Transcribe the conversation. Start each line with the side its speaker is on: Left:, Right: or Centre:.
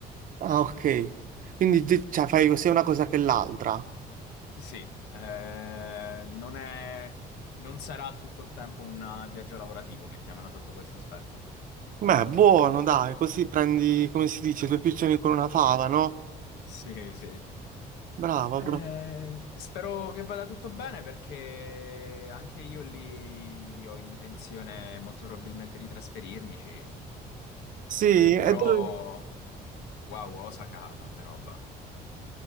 Right: Ah, ok. Quindi di- cioè, fai sia una cosa che l'altra.
Left: Sì, eh, non è, non sarà tutto il tempo un eh, viaggio lavorativo, mettiamola sotto questo aspetto.
Right: Beh, buono, dai, così prendi, come si dice, due piccioni con una fava, no?
Left: Sì, sì.
Right: Bravo,
Left: Eh,
Right: bravo.
Left: spero che vada tutto bene perché anche io lì ho intenzione molto probabilmente di trasferirmici,
Right: Sì, e
Left: però
Right: dove-
Left: wow, Osaka ha tanta roba,